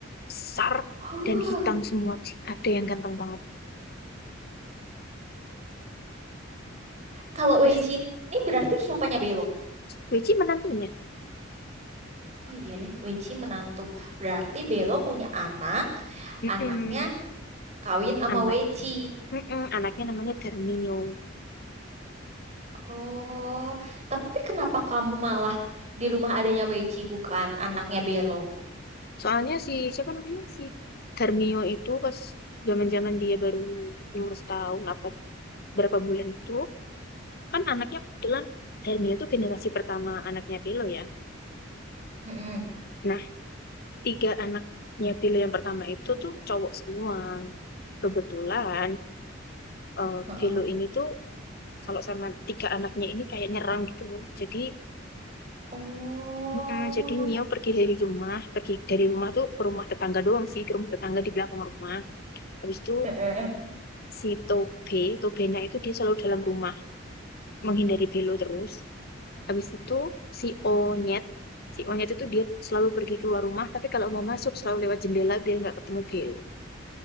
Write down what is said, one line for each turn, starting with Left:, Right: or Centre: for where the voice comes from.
Left: besar
Right: Huh,
Left: dan hitam semua. sih. Ada yang ganteng banget.
Right: kalau
Left: Terus
Right: Weichi ini berarti siapanya Belo?
Left: Wei menantunya.
Right: Oh iya deh, Weichi menantu. Berarti Belo punya anak
Left: Mm-mm.
Right: anaknya kawin sama
Left: Anak.
Right: Weci.
Left: Mm-mm. Anaknya namanya Dermio.
Right: Oh, tapi kenapa kamu malah di rumah adanya Weci bukan anaknya Belo?
Left: Soalnya si siapa namanya si Dermio itu pas zaman-zaman dia baru umur setahun apa berapa bulan itu kan anaknya kebetulan Dermio tuh generasi pertama anaknya Pilo ya.
Right: Mm-mm.
Left: Nah, tiga anaknya Vilo yang pertama itu tuh cowok semua. Kebetulan eh
Right: Heeh.
Left: Vilo ini tuh kalau sama tiga anaknya ini kayak nyerang gitu loh. Jadi
Right: Oh,
Left: mm-mm, jadi Mio pergi dari rumah, pergi dari rumah tuh ke rumah tetangga doang sih, ke rumah tetangga di belakang rumah. Habis itu
Right: Heeh.
Left: si Tobe, Tobena itu dia selalu dalam rumah menghindari Vilo terus. Habis itu si Onyet, si Onyet itu dia selalu pergi keluar rumah, tapi kalau mau masuk selalu lewat jendela biar nggak ketemu Vilo.